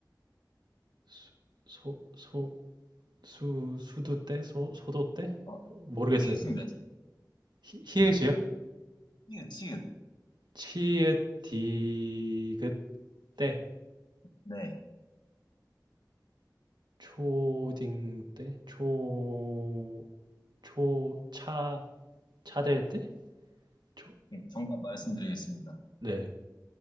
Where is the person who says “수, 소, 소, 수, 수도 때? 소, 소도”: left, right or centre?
Right